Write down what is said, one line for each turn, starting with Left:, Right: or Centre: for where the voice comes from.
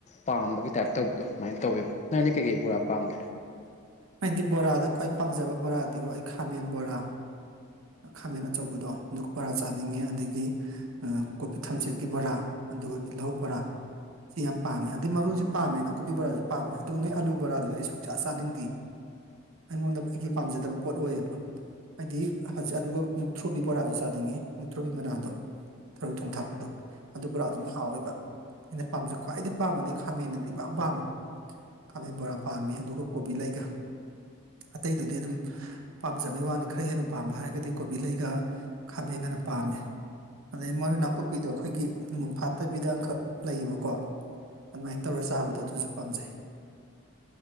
Left: ꯄꯥꯝꯕꯒꯤ ꯇꯥꯏꯞ ꯇꯧꯕꯗꯣ ꯃꯥꯏ ꯇꯧꯋꯦꯕ ꯅꯪꯗꯤ ꯀꯩ ꯀꯩ ꯕꯣꯔꯥ ꯄꯥꯝꯒꯦ
Right: ꯑꯩꯗꯤ ꯕꯣꯔꯥꯗ ꯈ꯭ꯨꯋꯥꯏ ꯄꯥꯝꯖꯕ ꯕꯣꯔꯥꯗꯤꯒꯣ ꯑꯩ ꯈꯥꯃꯦꯟ ꯕꯣꯔꯥ ꯈꯥꯃꯦꯟ ꯑꯆꯧꯕꯗꯣ ꯗꯨ ꯕꯣꯔꯥ ꯆꯥꯅꯤꯡꯉꯦ ꯑꯗꯒꯤ ꯑꯥ ꯀꯣꯕꯤ ꯊꯝꯆꯦꯠꯀꯤ ꯕꯣꯔꯥ ꯑꯗꯨꯒ ꯇꯤꯜꯍꯧ ꯕꯣꯔꯥ ꯁꯤ ꯌꯥꯝ ꯄꯥꯝꯃꯦ ꯑꯗꯩ ꯃꯔꯣꯏꯖꯨ ꯄꯥꯝꯃꯦ ꯅꯥꯀꯨꯝꯄꯤ ꯕꯣꯔꯥꯖꯨ ꯄꯥꯝꯃꯦ ꯑꯗꯨ ꯅꯣꯏ ꯑꯥꯂꯨ ꯕꯣꯔꯥꯗꯨꯗꯤ ꯑꯩ ꯁꯨꯡꯆꯥ ꯆꯥꯅꯤꯡꯗꯦ
Left: <inaudible>
Right: ꯑꯩꯉꯣꯟꯗ ꯑꯩꯒꯤ ꯄꯥꯝꯖꯗꯕ ꯄꯣꯠ ꯑꯣꯏꯌꯦꯕ ꯍꯥꯏꯗꯤ ꯍꯖꯤꯛ ꯑꯗꯨꯒ ꯃꯨꯛꯊ꯭ꯔꯨꯕꯤ ꯕꯣꯔꯥꯖꯨ ꯆꯥꯅꯤꯉꯤ ꯃꯨꯛꯊ꯭ꯔꯨꯕꯤ ꯃꯅꯥꯗꯣ ꯊꯔꯣꯏ ꯊꯣꯡ ꯊꯥꯛꯄꯗꯣ ꯑꯗꯨ ꯈꯔ ꯑꯗꯨꯝ ꯍꯥꯎꯋꯦꯕ ꯑꯩꯅ ꯄꯥꯝꯕꯖꯦ ꯈ꯭ꯋꯥꯏꯗꯩ ꯄꯥꯝꯕꯗꯤ ꯈꯥꯃꯦꯟꯅꯗꯤ ꯏꯄꯥꯝ ꯄꯥꯝꯃꯦ ꯈꯥꯃꯦꯟ ꯕꯣꯔꯥ ꯄꯥꯝꯃꯤ ꯑꯗꯨꯒ ꯀꯣꯕꯤ ꯂꯩꯒ ꯑꯇꯩꯗꯨꯗꯤ ꯑꯗꯨꯝ ꯄꯥꯝꯖꯕꯩ ꯋꯥꯅꯤ ꯈꯔ ꯍꯦꯟꯅ ꯄꯥꯝꯕ ꯍꯥꯏꯔꯒꯗꯤ ꯀꯣꯕꯤ ꯂꯩꯩꯒ ꯈꯥꯃꯦꯟꯒꯅ ꯄꯥꯝꯃꯦ ꯑꯗꯩ ꯃꯣꯏ ꯅꯥꯀꯨꯞꯄꯤꯗꯣ ꯑꯈꯣꯏꯒꯤ ꯃꯨꯟ ꯐꯥꯠꯇꯕꯤꯗ ꯑꯃꯈꯛ ꯂꯩꯌꯦꯕꯀꯣ ꯑꯗꯨꯃꯥꯏꯟ ꯇꯧꯔ ꯆꯥꯕꯗꯣ ꯑꯗꯨꯖꯨ ꯄꯥꯝꯖꯩ